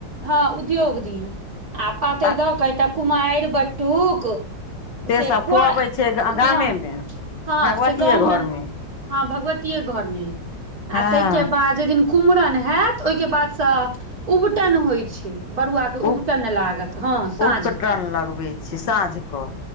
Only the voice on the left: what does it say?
तऽ
से
सब खुअबै छै गामेमे
भगवतीये
घरमे
हँ
उप
उपकटन
लगबै छी साँझ कऽ